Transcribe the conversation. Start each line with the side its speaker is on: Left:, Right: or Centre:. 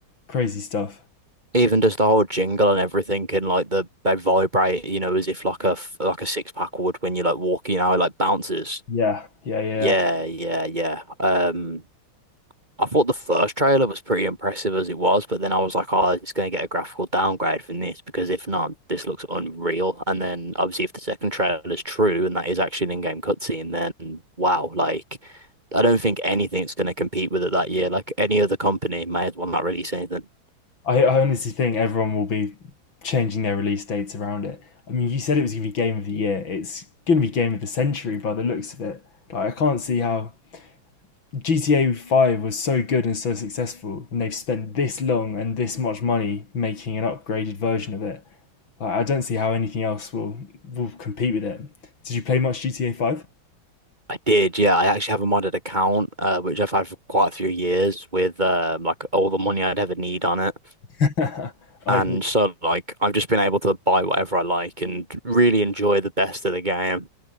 Left: Crazy stuff.
Right: Even just the whole jingle and everything and like the they vibrate, you know, as if like a f- like a six pack would when you're like walking, you know, it, like bounces.
Left: Yeah, yeah, yeah. yeah.
Right: Yeah, yeah, yeah. Um I thought the first trailer was pretty impressive as it was, but then I was like, oh, it's going to get a graphical downgrade from this because if not, this looks unreal. And then obviously, if the second trailer is true and that is actually an in-game cutscene, then wow, like I don't think anything's going to compete with it that year. Like any other company may as well not release anything.
Left: I, I honestly think everyone will be changing their release dates around it. I mean, you said it was gonna be game of the year. It's gonna be game of the century by the looks of it. Like I can't see how GTA 5 was so good and so successful, and they've spent this long and this much money making an upgraded version of it. Like, I don't see how anything else will, will compete with it. Did you play much GTA 5?
Right: I did, yeah. I actually have a modded account, uh, which I've had for quite a few years with um, like all the money I'd ever need on it.
Left: <laughs> I
Right: And
Left: did.
Right: so, like, I've just been able to buy whatever I like and really enjoy the best of the game.